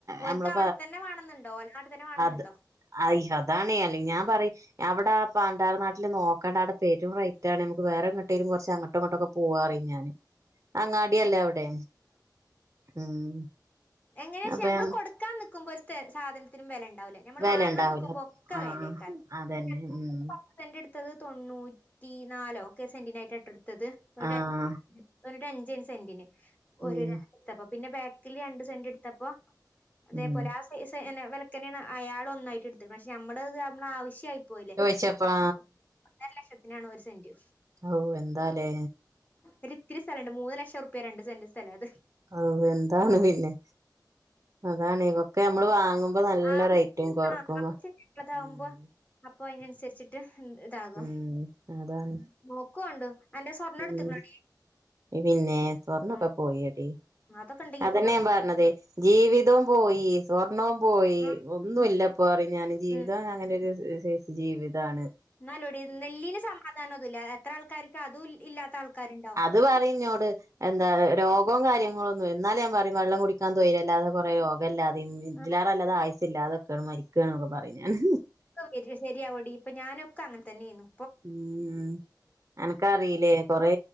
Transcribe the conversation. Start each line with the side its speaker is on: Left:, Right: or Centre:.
Left: ഓൻക്ക്
Right: നമ്മള്
Left: അവിടെ തന്നെ വേണന്നുണ്ടോ ഓലെ നാട്ടിൽ തന്നെ വേണന്നുണ്ടോ
Right: അത് അയ്യോ അതാണ്ല്ല ഞാൻ പറയി അവിടെ പണ്ടർ നാട്ടില് നോക്കണ്ട അവിടെ <unintelligible> ആണ് നമക്ക് വേറെ എങ്ങട്ടേിലും കുറ അങ്ങോട്ടുംങ്ങോട്ടക്കെ പോവാറ ഞാന് അങ്ങാടല്ലേ അവിടെ ഉം
Left: എങ്ങന ചേച്ചി
Right: അപ്പൊ
Left: നമ്മള് കൊടുക്കാ നിക്കുമ്പോ ഒരു സാധനത്തിനും വില ഉണ്ടാവില്ലേ നമ്മള്
Right: വെല
Left: വാങ്ങാൻ
Right: ഉണ്ടാവൂല
Left: നിക്കുമ്പോ ഒക്കെ
Right: ആഹ്
Left: വേലേക്കാറ്
Right: അതന്നെ
Left: <unintelligible>
Right: ഉം
Left: സെന്റ് എടുത്തത് തൊണ്ണൂറ്റി നാലോ ഒക്കെ സെന്റിനായിട്ട് എടുത്തത് തൊണ്ണൂറ്റ
Right: ആഹ്
Left: <unintelligible> അഞ്ചേനു സെന്റിന് ഒരു
Right: ഉം
Left: <unintelligible> എടുത്തപ്പോ പിന്നെ ബാക്കില് രണ്ട് സെന്റ് എടുത്തപ്പോ അതേപോലെ
Right: ഉം
Left: ആ <unintelligible> വെലക്കെന്നാണ് അയാള് ഒന്നായിറ്റ് എടുത്തുക്കണെ പക്ഷെ ഞമ്മള് <unintelligible> നമ്മളെ ആവശ്യായി പോയില്ലേ
Right: ചോയിച്ചപ്പാ
Left: അപ്പൊ <unintelligible> ഒന്നര ലക്ഷത്തിനാണ് ഒരു സെന്റ്
Right: ഹാവൂ എന്താല്ലേ
Left: ഒരിത്തിരി സ്ഥലണ്ട് മൂന്ന് ലക്ഷം ഉറുപ്യാത് രണ്ട് സെന്റ് സ്ഥലാ അത്
Right: ആവൂ എന്താണ് പിന്നെ അതാണ് ഇവൊക്കെ നമ്മള് വാങ്ങുമ്പോ നല്ല
Left: ആവശ്യത്തിന്
Right: റേറ്റും കൊറക്കുമ്പോ
Left: ആവശ്യം ഇള്ളതാവുമ്പോ
Right: ഉം
Left: അപ്പൊ അയിനനുസരിച്ചിട്ട് ഉം ഇതാകും
Right: ഉം അതാണ്
Left: നോക്കോണ്ടു അന്റെ സ്വർണ്ണം എടുത്തുക്കണോടി
Right: ഉം പിന്നെ സ്വർണ്ണൊക്കെ
Left: ഉം
Right: പോയടി
Left: അതൊക്കെ ഇണ്ടെങ്കി
Right: അതെന്നെയാ
Left: ഇപ്പൊ
Right: ഞാൻ പറഞ്ഞതെ ജീവിതോം പോയി സ്വർണ്ണോം പോയി
Left: ഉം
Right: ഒന്നും ഇല്ലപ്പ് പ്പോ പറയ് ഞാന് ജീവിതം
Left: ഉം
Right: അങ്ങനെ ഒരു സൈസ് ജീവിതാണ്.
Left: ഇന്നാലു എടി നെല്ലിന് സമാധാനം ഒന്നൂല്ലാല്ലോ എത്ര ആൾക്കാര്ക്ക് അതും ഇല്ലാത്ത ആൾക്കാര് ഇണ്ടാവും.
Right: അത് പറയും ഇന്നോട് എന്താ രോഗവും കാര്യങ്ങൾ ഒന്നും എന്നാലും ഞാൻ പറയും വെള്ളം കുടിക്കാൻ തൊയ്രല്ലാതെ കൊറെ യോഗം ഇല്ലാതെയും ഇതില്
Left: ആഹ്
Right: എറെ നല്ലത് ആയുസ്സ് ഇല്ലാതെക്കാണ് മരിക്കാണ്ന്നൊക്കെ പറയും ഞാന്
Left: ക്കെ വെര് ശരി ശരിയാവോടി ഇപ്പ ഞാനൊക്കെ അങ്ങനെ തന്നെ ആയിന്നു.
Right: ഉം അനക്കറിയില്ലേ കൊറെ